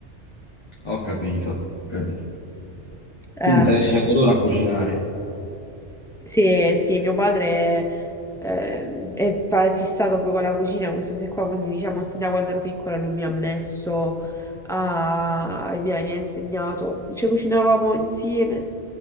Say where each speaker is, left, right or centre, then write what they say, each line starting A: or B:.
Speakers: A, on the left; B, in the centre.
A: Ho capito, ho capito. Quindi
B: Eh.
A: ti hanno insegnato loro a cucinare.
B: Sì, sì, mio padre eh, è, fa- è fissato poi con la cucina, e queste cose qua, quindi diciamo sin da quando ero piccola lui mi ha messo, a, mi ha mi ha insegnato, ci cucinavamo insieme,